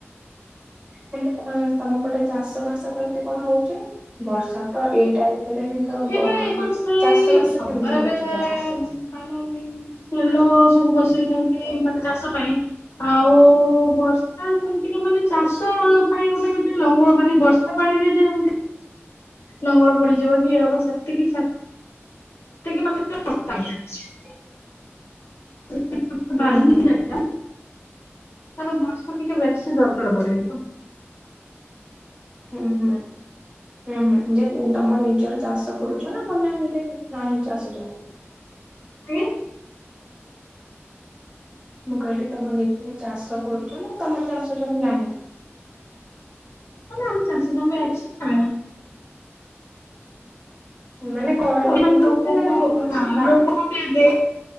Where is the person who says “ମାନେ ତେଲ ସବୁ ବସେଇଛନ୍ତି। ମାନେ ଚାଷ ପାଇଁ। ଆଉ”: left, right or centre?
Left